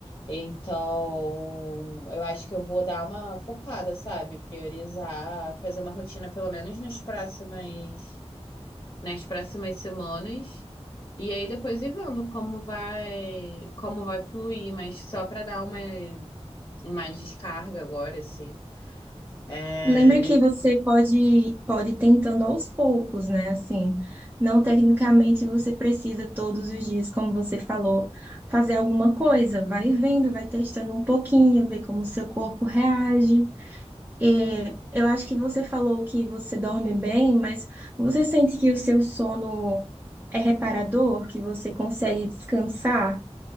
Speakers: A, on the left; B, on the right.
A: Então, eu acho que eu vou dar uma focada, sabe? Priorizar, fazer uma rotina, pelo menos nos próximos nas próximas semanas. E aí depois ir vendo como vai, como vai fluir, mas só para dar uma, uma descarga agora, assim. É,
B: Lembra
A: nesse-
B: que você pode pode ir tentando aos poucos, né? Assim, não tecnicamente você precisa todos os dias, como você falou, fazer alguma coisa. Vai vendo, vai testando um pouquinho, ver como o seu corpo reage. É, eu acho que você falou que você dorme bem, mas você sente que o seu sono é reparador, que você consegue descansar?